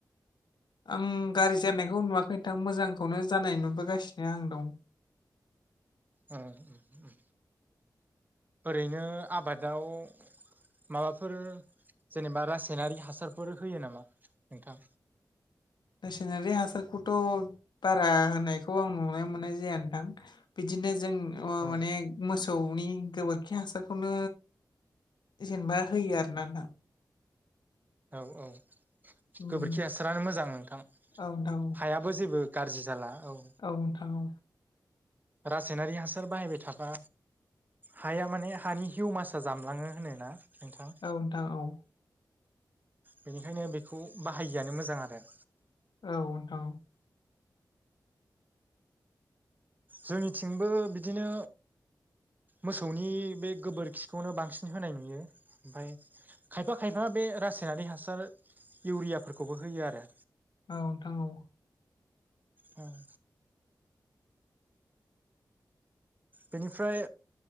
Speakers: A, on the left; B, on the right.
A: आं गारि जानायखौ नुवाखै नोंथां मोजांखौनो जानाय नुबोगासिनो आं दं।
B: ओ उम। ओरैनो आबादाव माबाफोर जेनेबा रासायनारि हासारफोर होयो नामा नोंथां?
A: रासायनारि हासारखौथ' बारा होनायखौ आं नुनो मोननाय जाया नोंथां। बिदिनो जों
B: औ
A: माने मोसौनि गोबोरखि हासारखौनो जेनेबा होयो आर नोंथां।
B: औ औ
A: उम
B: गोबोरखि हासारानो मोजां नोंथां
A: औ नोंथां औ
B: हाया बो जेबो गाज्रि जाला औ
A: औ नोंथां औ
B: रासायनारि हासार बाहायबाय थाबा हाया माने हानि हिउ मासआ जामलाङो होन ना नोंथां।
A: औ नोंथां औ
B: बेनिखायनो बेखौ बाहायिआानो मोजां आरो।
A: औ नोंथां औ
B: जोंनिथिंबो बिदिनो मोसौनि बे गोबोरखिखौनो बांसिन होनाय नुयो ओमफाय खायफा खायफा बे रासायनारि हासार इउरियाफोरखौबो होयो आरो।
A: औ नोंथां औ
B: उम बेनिफ्राय